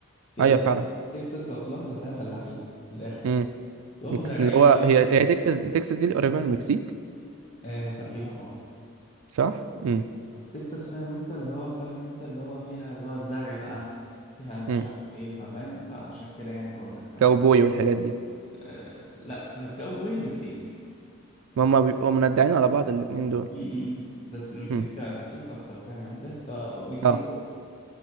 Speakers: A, on the left; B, on the right.
A: ك-
B: ايوه فعلا
A: تكساس لو تلاحظ هتلاقيها فلاحين من الاخر
B: امم
A: اللي
B: مكس-
A: هو مزارعين
B: اللي هو
A: بقى وكده
B: هي هي تكساس دي تكساس دي اللي قريبه من المكسيك
A: آه تقريبا اه
B: صح امم
A: بس تكساس فاهم انت اللي هو فاهم انت اللي هو فيها اللي هو الزرع بقى فيها مش
B: امم
A: عارف ايه ففاهم فعشان كده يعني بقول لك فاهم
B: كاوبوي والحاجات دي
A: آه لا كاوبوي المكسيك
B: ما هم بيبقوا مندعين على بعض الاتنين دول
A: م- م- م. بس المكسيك
B: امم
A: المكسيك اكتر فاهم انت آه مكسيكو
B: اه